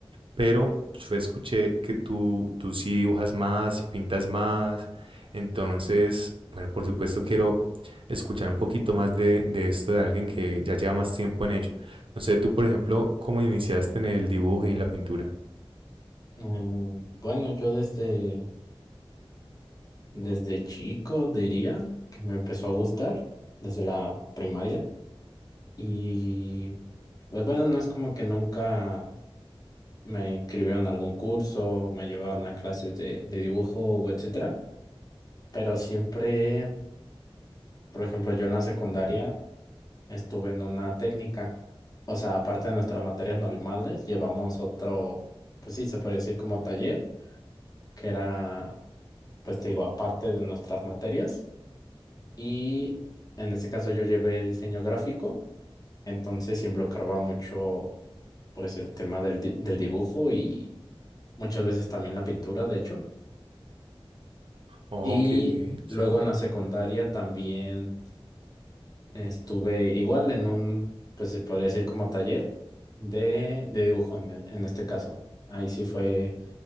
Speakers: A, on the right; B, on the left.
A: pero yo escuché que tú, tú sí dibujas más y pintas más. Entonces, bueno, por supuesto quiero escuchar un poquito más de, de esto de alguien que ya lleva más tiempo en ello. No sé, tú, por ejemplo, ¿cómo iniciaste en el dibujo y en la pintura?
B: Mm, bueno, yo desde, desde chico diría que me empezó a gustar desde la primaria y pues bueno, no es como que nunca me inscribieron a algún curso, me llevaron a clases de, de dibujo o etcétera, pero siempre, por ejemplo, yo en la secundaria estuve en una técnica, o sea, aparte de nuestras materias normales, llevamos otro, pues sí, se podría decir como taller que era pues te digo, aparte de nuestras materias. Y en ese caso yo llevé diseño gráfico, entonces involucraba mucho pues el tema del, di- del dibujo y muchas veces también la pintura, de hecho.
A: Oh,
B: Y
A: Ok, ok, sí.
B: luego en la secundaria también estuve igual en un, pues se podría decir como taller de, de dibujo en el, en este caso. Ahí sí fue